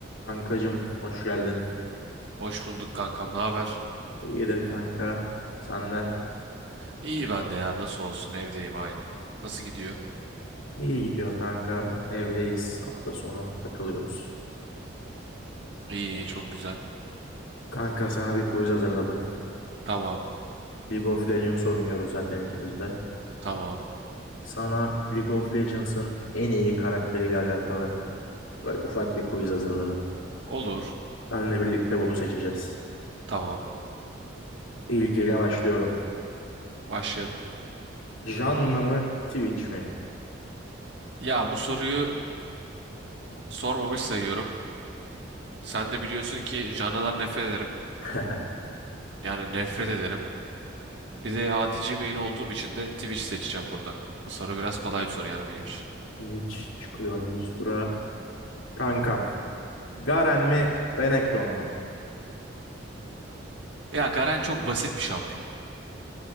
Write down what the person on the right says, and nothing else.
Hoş bulduk kankam, ne haber?
İyi ben de ya, nasıl olsun evdeyim aynı. Nasıl gidiyor?
İyi, iyi, çok güzel.
Tamam,
tamam.
Olur.
Tamam,
başlayalım.
Ya bu soruyu sormamış sayıyorum. Sen de biliyorsun ki canlıdan nefret ederim.
Yani nefret ederim. Bir de adici main olduğum için de Twitch seçeceğim burada. Bu soru biraz kolay bir soru yani benim için.
Ya Garen çok basit bir şampiyon.